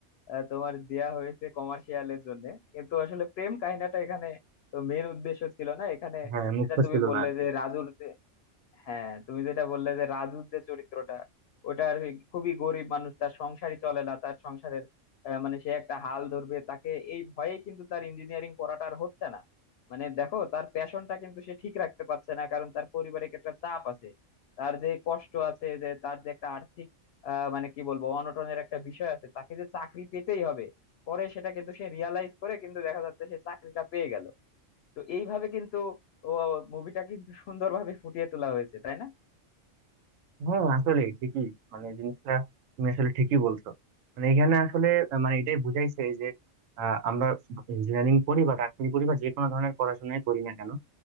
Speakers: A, on the left; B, on the right.
A: আহ, তোমার দেয়া হয়েছে কমার্শিয়ালের জন্য কিন্তু আসলে প্রেম কাহিনীটা এখানে তো মেন উদ্দেশ্য ছিল না এখানে
B: হ্যাঁ মুখ্য
A: যেটা তুমি
B: ছিল
A: বললে
B: না আর কি
A: যে রাজুর হ্যাঁ তুমি যেটা বললে যে রাজুর যে চরিত্রটা ওটা আর কি খুবই গরিব মানুষ তার সংসারই চলে না তার সংসারের আহ, মানে সে একটা হাল ধরবে তাকে এই ভয়েই কিন্তু তার ইঞ্জিনিয়ারিং পড়াটা আর হচ্ছে না মানে দেখো তার প্যাশনটা কিন্তু সে ঠিক রাখতে পারছে না কারণ তার পারিবারিক একটা চাপ আছে তার যে কষ্ট আছে যে তার যে একটা আর্থিক আহ মানে কি বলবো অনটনের একটা বিষয় আছে তাকে যে চাকরি পেতেই হবে পরে সেটা কিন্তু সে রিয়ালাইজ করে কিন্তু দেখা যাচ্ছে সে চাকরিটা পেয়ে গেল তো এইভাবে কিন্তু ও মুভিটা কিন্তু সুন্দরভাবে ফুটিয়ে তোলা হয়েছে তাই না
B: হ্যাঁ আসলে ঠিকই মানে জিনিসটা তুমি আসলে ঠিকই বলছো মানে এখানে আসলে আহ, মানে এটাই বুঝাইছে যে আহ, আমরা ইঞ্জিনিয়ারিং পড়ি বা ডাক্তারি পড়ি বা যে কোনো ধরনের পড়াশোনাই করি না কেন